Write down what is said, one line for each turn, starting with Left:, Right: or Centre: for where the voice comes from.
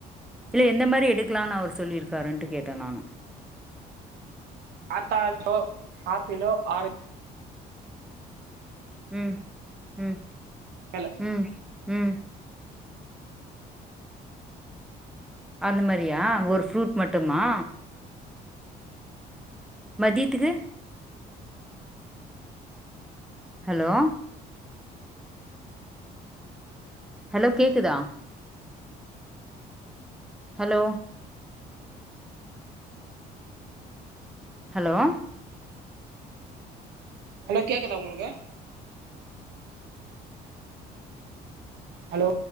Centre: இல்ல எந்த மேரி எடுக்கலான் அவரு சொல்லிருக்காருன்ட்டு கேட்ட நானு
Right: ஆத்தால்தோ ஆப்பிலோ ஆரஞ்
Centre: ம் ம்
Right: மேல
Centre: ம் ம் அந்த மரியா ஒரு ஃப்ரூட் மட்டுமா மதியத்துக்கு ஹலோ ஹலோ கேக்குதா ஹலோ ஹலோ
Right: ஹலோ கேக்குதா ஒங்குளுக்கு ஹலோ